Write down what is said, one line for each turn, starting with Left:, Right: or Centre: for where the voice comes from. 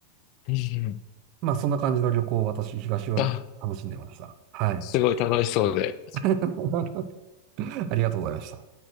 Left: うんうん
Right: まあ、そんな感じの旅行を私、東ヨーロッパ楽しんでました。
Left: あ、
Right: はい。
Left: すごい楽しそうで。
Right: <laughs> ありがとうございました。